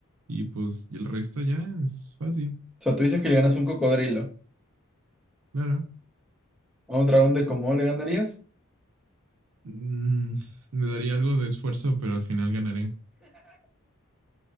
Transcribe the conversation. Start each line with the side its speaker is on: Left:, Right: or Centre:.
Right: y pues el resto ya es fácil,
Centre: sea, tú dices que le ganas a un cocodrilo.
Right: claro.
Centre: ¿A un dragón de cómo le ganarías?
Right: Mm, me daría algo de esfuerzo, pero al final ganaré.